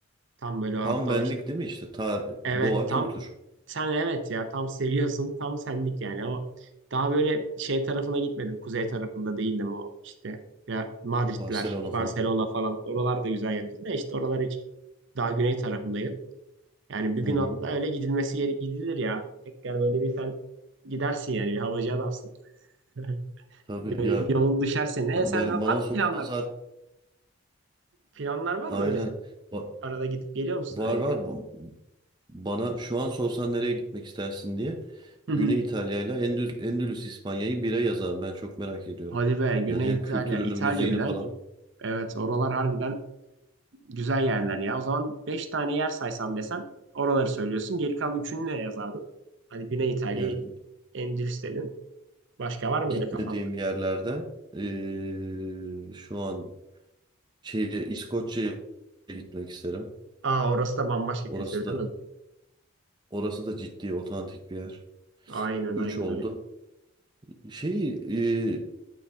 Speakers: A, on the right; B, on the right.
A: Tam böyle hatta
B: Tam benlik
A: o işte
B: değil mi işte? Ta
A: Evet
B: doğa
A: tam
B: kültür.
A: sen evet ya tam seviyorsun tam senlik yani o daha böyle şey tarafına gitmedim kuzey tarafında değildim o işte ya Madridler
B: Barcelona
A: Barcelona
B: falan. filan.
A: falan oralar da güzel yerdi de işte oralar hiç daha güney tarafındayım yani bir gün
B: Hı hı.
A: hatta öyle gidilmesi gere- gidilir ya tekrar böyle bir sen gidersin yani bir havacı adamsın <laughs>
B: Tabii
A: böyle
B: ya
A: bir yolun düşer ne
B: ben
A: sen var
B: bana
A: mı
B: sorsan
A: planlar
B: zaten
A: planlar var
B: aynen
A: mı öyle sen
B: Ba-
A: arada gidip geliyor musun
B: var
A: öyle
B: var
A: bir yer?
B: Ba- bana şu an sorsan nereye gitmek istersin diye
A: <laughs>
B: Güney İtalya ile Endül Endülüs İspanya'yı bire yazar. Ben çok merak ediyorum.
A: Hadi be Güney
B: Ya hem
A: İtalya.
B: kültürünü,
A: İtalya
B: müziğini
A: bir daha.
B: falan.
A: Gün... Evet oralar harbiden güzel yerler ya. O zaman 5 tane yer saysam desem oraları söylüyorsun. Geri kalan üçünü ne yazardın? Hani Güney İtalya'yı
B: Yani
A: Endülüs dedin. Başka var mı
B: gitmediğim
A: öyle kafanda?
B: yerlerden eee, şu an şeye İskoçya'ya gitmek isterim.
A: Aa orası da bambaşka
B: Orası
A: kültür
B: da
A: değil mi?
B: orası da ciddi otantik bir yer.
A: Aynen
B: 3
A: aynen
B: oldu.
A: öyle.
B: Şey e,